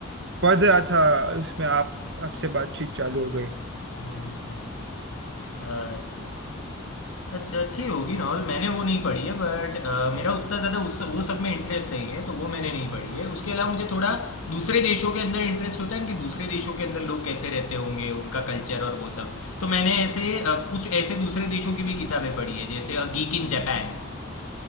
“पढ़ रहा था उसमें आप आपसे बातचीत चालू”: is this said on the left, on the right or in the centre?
Right